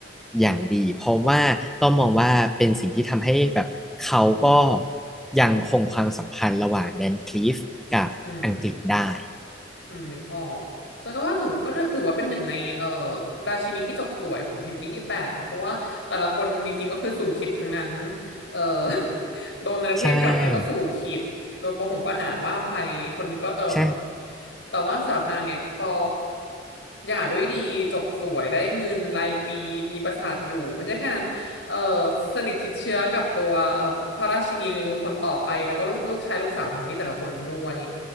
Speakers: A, in the centre; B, on the left (about 70°).
A: อย่างดีเพราะว่าก็มองว่าเป็นสิ่งที่ทำให้แบบเขาก็ยังคงความสัมพันธ์ระหว่างแดนคลีฟกับอังกฤษได้
B: อืม อืมนึกออกฉันก็ว่าถือก็ถือว่าเป็นหนึ่งในเอ่อราชินีที่จบสวยของเฮนรี่ที่แปดนะเพราะว่าแต่ละคนจริงๆก็คือสู่ขิตทั้งนั้นเอ่อ <laughs> โดนประเทศกลับไม่ก็สู่ขิตโดนประหงประหารว่าไปคนหนึ่งก็เอิ่ม
A: ใช่ใช่
B: แต่ว่าสำหรับนางเนี่ยพอหย่าด้วยดีจบสวยได้เงินรายปีมีปราสาทอยู่ไม่ใช่แค่นั้นเอ่อสนิทชิดเชื้อกับตัวเอ่อพระราชินีคนต่อไปแล้วก็ลูกลูกชายลูกสาวของเฮนรี่แต่ละคนด้วย